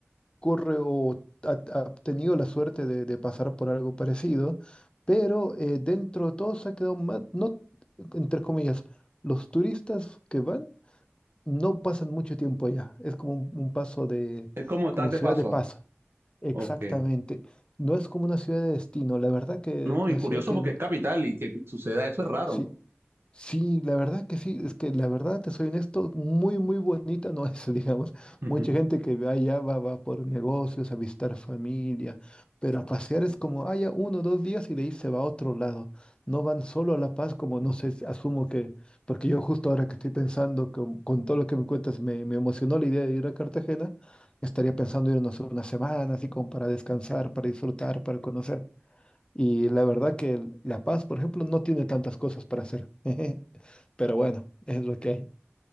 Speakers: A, on the left; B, on the right.
A: corre o ha, ha tenido la suerte de, de pasar por algo parecido, pero eh, dentro de todo se ha quedado más, no, entre comillas, los turistas que van no pasan mucho tiempo allá. Es como un, un paso de,
B: Es como estás
A: como
B: de
A: ciudad
B: paso.
A: de paso. Exactamente.
B: Ok.
A: No es como una ciudad de destino. La verdad que
B: No, y
A: una
B: curioso
A: ciudad que
B: porque es capital y que suceda eso es raro.
A: sí, Sí, la verdad que sí, es que la verdad, te soy honesto, muy, muy bonita no es, <laughs> digamos.
B: <laughs>
A: Mucha gente que va allá va, va por negocios, a visitar familia, pero a pasear es como, haya uno o dos días y de ahí se va a otro lado. No van solo a La Paz, como no sé, asumo que, porque yo justo ahora que estoy pensando, con, con todo lo que me cuentas, me, me emocionó la idea de ir a Cartagena, estaría pensando irnos una semana, así como para descansar, para disfrutar, para conocer. Y la verdad que el- La Paz, por ejemplo, no tiene tantas cosas para hacer. <laughs> Pero bueno, es lo que hay.